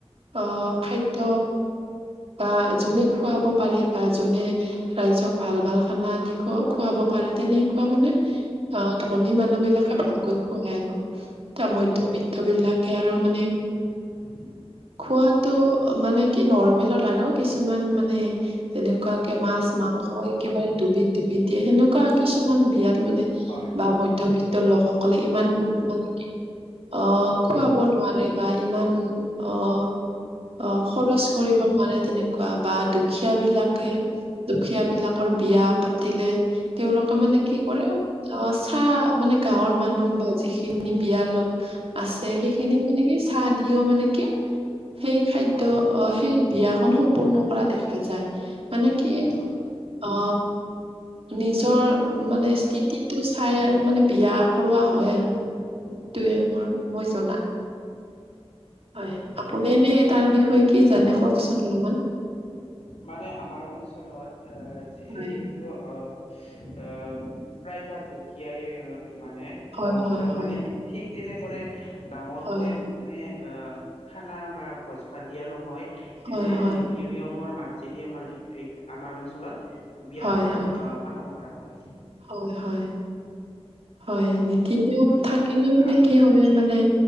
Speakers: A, on the right; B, on the left.
A: অ খাদ্য বা যোনে খুৱাব পাৰে বা যোনে ৰাইজক ভাল ভাল খানা দি খ খুৱাব পাৰে তেনেকুৱা মানে আহ ধনী মানুহ বিলাকে ভালকৈ খুৱাই আৰু তামধ বৃদ্ধ বিলাকে আৰু মানে
B: উ
A: খোৱাতো মানে কি নৰ্মেলৰ দা কিছুমান মানে তেনেকুৱাকে মাছ মাংস একেবাৰে ডুবি ডুবি দিয়ে সেনেকুৱা কিছু। কিছুমান বিয়াত মানে
B: হয় হয়
A: বা মধ্যবিত্তৰ লোকসকলে ইমান মানে কি। আহ খুৱাব নোৱাৰে বা ইমান আহ। অ খৰচ কৰিব নোৱাৰে তেনেকুৱা বা দুখীয়া বিলাকে দুখীয়া বিলাকৰ বিয়া পাতিলে তেওঁলোকে মানে মে কি কৰে অ চাহ মানে গাঁৱৰ মানুহ বা যিখিনি বিয়াৰ লগত আছে। সেইখিনিক মানে কি চাহ দিও মানে কি সেই খাদ্য
B: হয় হয়
A: আহ সেই বিয়াখন সম্পূৰ্ণ কৰা দেখা যায়। মানে কি
B: হয়
A: অ নিজৰ মানে স্থিতিটো চাই আৰু মানে বিয়া কৰোৱা হয় আৰু
B: উ
A: তমৰ মই জনাল হয় আপুনি নে তাৰ বিষয়ে কি জানে কওকচোন অলপমান।
B: মানে আমাৰ অঞ্চলত আহ
A: হয়
B: যিহেতু। আহ প্ৰায়ভাগ দুখীয়াই মানে
A: হয়
B: অঞ্চলত
A: হয় হয়
B: মানে ঠিক ঠিক তেনেদৰে ডাঙৰকৈ
A: হয়
B: মানে খানা বা ভোজ ভাত দিয়া নহয়। এনে
A: হয় হয়
B: নীতি নিয়মৰ মাজেদি আমাৰ আমাৰ অঞ্চলত। বিয়াখন
A: হয় হয়
B: পালন কৰা হয়
A: হয় হয় হয় নীতি নিয়ম থাকিলে মানে
B: আপ-
A: কি হয় মানে